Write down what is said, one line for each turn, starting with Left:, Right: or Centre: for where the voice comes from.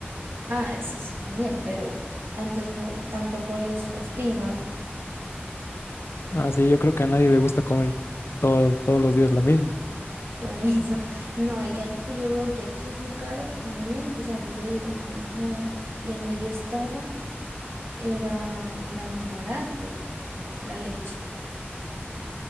Right: Ah, eso sí también, pero tanto, es po- tanto pollo es hostiga,
Left: Así yo creo que a nadie le gusta comer todo- todos los días lo mismo.
Right: <laughs> por eso. No, hay algo que yo veo que aquí es muy caro también, que, o sea, que yo digo, no joda. Y donde yo estaba era, era más barato la leche.